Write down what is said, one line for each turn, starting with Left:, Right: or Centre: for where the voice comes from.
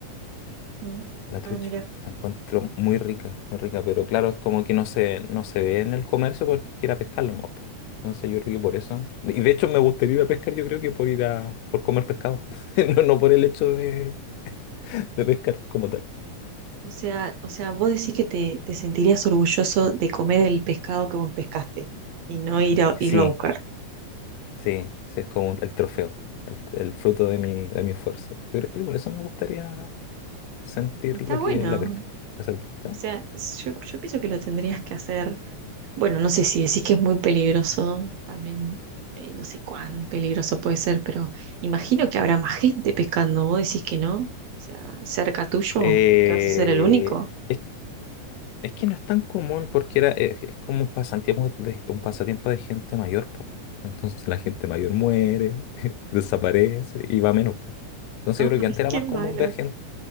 Right: Ujú.
Left: la trucha,
Right: Ah, mira.
Left: la encuentro muy rica, muy rica, pero claro, es como que no se, no se ve en el comercio porque quiera pescarlo, ¿no? po. Entonces yo creo que por eso, y de hecho me gustaría ir a pescar, yo creo que por ir a, por comer pescado, <laughs> no, no por el hecho de, de pescar como tal.
Right: O sea, o sea, vos decís que te, te sentirías orgulloso de comer el pescado que vos pescaste y no ir
Left: Sí,
Right: a, irlo
Left: sí,
Right: a buscar.
Left: sí, sí, es como el trofeo, el, el fruto de mi, de mi esfuerzo. Yo creo que por eso me gustaría sentir
Right: Está
Left: lo
Right: bueno.
Left: que es la pesca, hacerlo. ¿sí?
Right: O sea, yo, yo pienso que lo tendrías que hacer. Bueno, no sé si decís que es muy peligroso, también eh, no sé cuán peligroso puede ser, pero imagino que habrá más gente pescando. Vos decís que no. O sea, cerca tuyo,
Left: Eh,
Right: que vas a ser el único. <laughs>
Left: es, es que no es tan común porque era, es, es como un pasatiempo de, un pasatiempo de gente mayor, po. Entonces la gente mayor muere, <laughs> desaparece y va menos, po. Entonces
Right: No,
Left: yo creo que antes era
Right: Qué
Left: más
Right: malo.
Left: común ver gente.